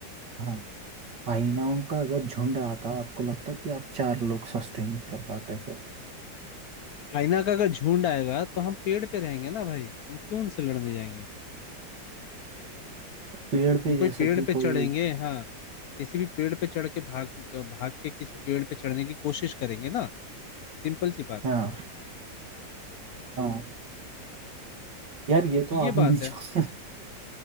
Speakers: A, on the right; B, on the left.
A: हाँ हाइनाओं का अगर झुंड आता आपको लगता कि आप चार लोग सस्टेन कर पाते फिर
B: चाइना का अगर झुंड आएगा तो हम पेड़ पे रहेंगे ना भाई हम क्यों उनसे लड़ने जाएंगे
A: पेड़ पे
B: हम कोई
A: जैसा
B: पेड़
A: कि
B: पे
A: कोई
B: चढ़ेंगे हाँ किसी भी पेड़ पे चढ़ के भाग भाग के किसी पेड़ पे चढ़ने की कोशिश करेंगे ना सिंपल सी बात
A: हाँ हाँ यार ये तो
B: ये
A: आपने
B: बात है
A: जो <laughs>